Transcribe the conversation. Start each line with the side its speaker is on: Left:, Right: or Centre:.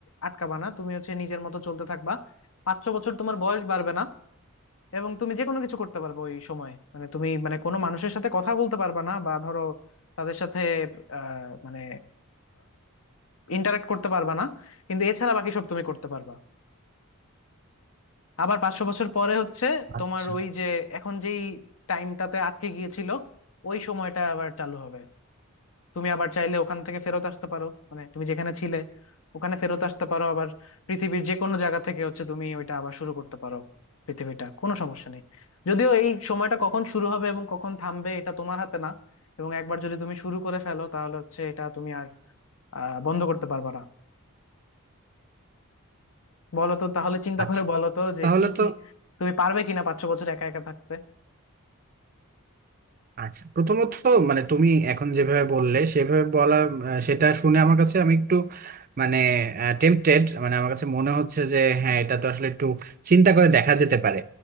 Left: আটকাবা না তুমি হচ্ছে নিজের মতো চলতে থাকবা পাঁচ ছ বছর তোমার বয়স বাড়বে না এবং তুমি যে কোনো কিছু করতে পারবে ওই সময়ে মানে তুমি মানে কোনো মানুষের সাথে কথা বলতে পারবা না বা ধরো তাদের সাথে আহ, মানে ইন্টারাক্ট করতে পারবা না কিন্তু এছাড়া বাকি সব তুমি করতে পারবা আবার পাঁচশো বছর পরে হচ্ছে
Right: আচ্ছা
Left: তোমার ওই যে এখন যেই টাইমটাতে আটকে গিয়েছিল ওই সময়টা আবার চালু হবে তুমি আবার চাইলে ওখান থেকে ফেরত আসতে পারো মানে তুমি যেখানে ছিলে ওখানে ফেরত আসতে পারো আবার পৃথিবীর যে কোনো জায়গা থেকে হচ্ছে তুমি ওইটা আবার শুরু করতে পারো পৃথিবীটা কোনো সমস্যা নেই যদিও এই সময়টা কখন শুরু হবে এবং কখন থামবে এটা তোমার হাতে না এবং একবার যদি তুমি শুরু করে ফেলো তাহলে হচ্ছে এটা তুমি আর আহ, বন্ধ করতে পারবে না বলো তো তাহলে চিন্তা
Right: আচ্ছা
Left: করে বলো তো যে
Right: তাহলে
Left: কি
Right: তো
Left: কি তুমি পারবে কিনা পাঁচ ছ বছর একা একা থাকতে
Right: আচ্ছা প্রথমত মানে তুমি এখন যেভাবে বললে সেভাবে বলা আহ, সেটা শুনে আমার কাছে আমি একটু মানে টেম্পটেড মানে আমার কাছে মনে হচ্ছে যে হ্যাঁ এটা তো আসলে একটু চিন্তা করে দেখা যেতে পারে